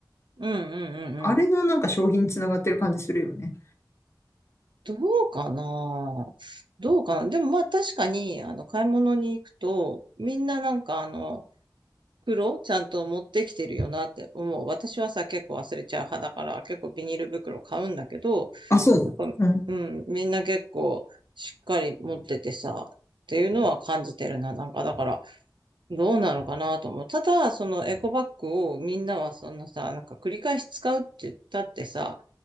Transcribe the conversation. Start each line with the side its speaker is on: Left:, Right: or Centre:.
Right: うんうんうん。
Left: あれのなんか商品につながってる感じするよね。
Right: どうかなどうかなでもまあ確かに、あの、買い物に行くと、みんななんかあの、袋ちゃんと持ってきてるよなって思う。私はさ、結構忘れちゃう派だから、結構ビニール袋買うんだけど、
Left: あ、そううん。
Right: なんか、うん、みんな結構しっかり持っててさ、っていうのは感じてるな。なんか、だから、どうなのかなと思う。ただ、そのエコバッグをみんなはそんなさ、なんか繰り返し使うって言ったってさ、